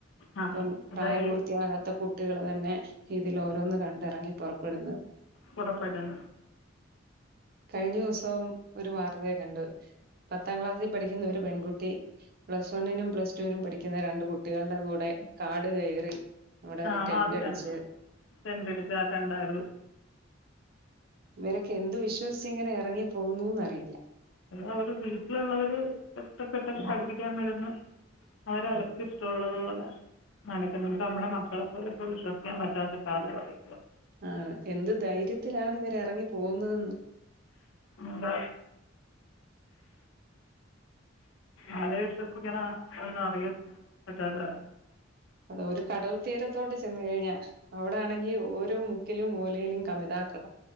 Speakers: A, on the left; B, on the right.
A: ആ
B: ഇപ്പം
A: അതാണ്
B: പ്രായപൂർത്തിയാകാത്ത
A: ഈ
B: കുട്ടികള് തന്നെ ഇതിലോരോന്ന് കണ്ടറങ്ങി പുറപ്പെടുന്ന്
A: പുറപ്പെട്ട് ണ്ട്
B: കഴിഞ്ഞ ദിവസം ഒരു വാർത്ത ഞാൻ കണ്ടു. പത്താം ക്ലാസ്സിൽ പഠിക്കുന്ന ഒരു പെൺകുട്ടി പ്ലസ് വണ്ണിനും പ്ലസ് ടുവിനും പഠിക്ക ക്കുന്ന രണ്ട് കുട്ടികളുടെ കൂടെ കാട് കയറി അവിടെ
A: ആ
B: ടെന്റ്
A: അതുകണ്ടു
B: അടിച്ച്
A: <unintelligible> ടുത്ത ആ കണ്ടാരുന്നു.
B: ഇവരൊക്കെ എന്ത് വിശ്വസിച്ചിങ്ങനെ എറങ്ങി പോകുന്നുന്നറിയില്ല.
A: അവര് വീട്ടിലുള്ളവര് കഷ്ടപ്പെട്ടാ പഠിപ്പിക്കാൻ വിടുന്നു അവരവർക്ക് ഇഷ്ടള്ളത് പോലെ. നടക്ക് ന്ന് ഇങ്ങട്ട് നമ്മടെ മക്കളെ പോലു ഇപ്പ വിശ്വസിക്കാൻ പറ്റാത്ത കാലവാ ഇപ്പ.
B: ആണ്, എന്ത് ധൈര്യത്തിലാണ് ഇവരെറങ്ങി പോകുന്നതെന്ന്.
A: അതാ. ആരെ വിശ്വസിക്കണം എന്ന് അറിയാൻ പറ്റാത്ത
B: ഒര്കടൽ തീരത്തോട്ടു ചെന്ന് കഴിഞ്ഞാൽ അവിടാണെങ്കി ഓരോ മുക്കിലും മൂലയിലും കമിതാക്കളാ.